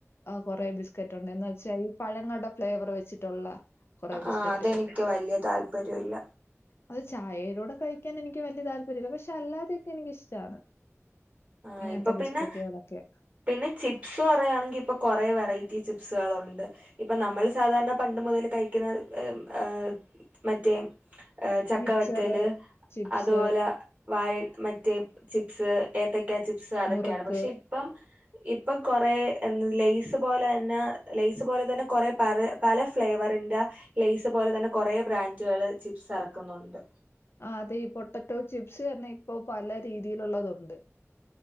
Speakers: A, on the left; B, on the right.
A: കൊറേ ബിസ്ക്കറ്റ് ഉണ്ട്. എന്നു വച്ചാ ഈ പഴങ്ങളുടെ ഫ്ലേവർ വെച്ചിട്ടുള്ള കൊറെ ബിസ്ക്കറ്റ്
B: അആ തെനിക്ക് വലിയ താല്പര്യവില്ല.
A: അത് ചായേടെ കൂടെ കഴിക്കാൻ എനിക്ക് വലിയ താല്പര്യം ഇല്ല, പക്ഷെ അല്ലാതെയൊക്കെ എനിക്കിഷ്ടാണ്.
B: ആഹ്
A: ഇങ്ങനത്തെ
B: ഇപ്പൊ
A: ബിസ്ക്കറ്റ്കളൊക്കെ.
B: പിന്നെ പിന്നെ ചിപ്സ് പറയാണെങ്കി ഇപ്പ കുറേ വെറൈറ്റി ചിപ്സുകള് ഉണ്ട് ഇപ്പൊ നമ്മൾ സാധാരണ പണ്ട് മുതൽ കഴിക്കുന്ന ആ മറ്റേ ആ ചക്കവറ്റല്
A: മിച്ചറ് ചിപ്സ്
B: അതുപോല വായ മറ്റേ ചിപ്സ് ഏത്ത <unintelligible> ചിപ്സ് അതൊക്കെയാണ്
A: മുറുക്ക്
B: പക്ഷെ ഇപ്പം ഇപ്പൊ കൊറെ ലെയ്സ് പോലെ ന്ന ലെയ്സ് പോലെ തന്നെ കൊറെ പ പല ഫ്ലേവറിന്റെ ലെയ്സ് പോലെ തന്നെ കൊറെ ബ്രാൻഡുകള് ചിപ്സ് ഇറക്കുന്നുണ്ട്.
A: ആ അതെ ഈ പൊട്ടറ്റോ ചിപ്സ് ന്നെ ഇപ്പൊ പല രീതിയിലുള്ളതു ഉണ്ട്.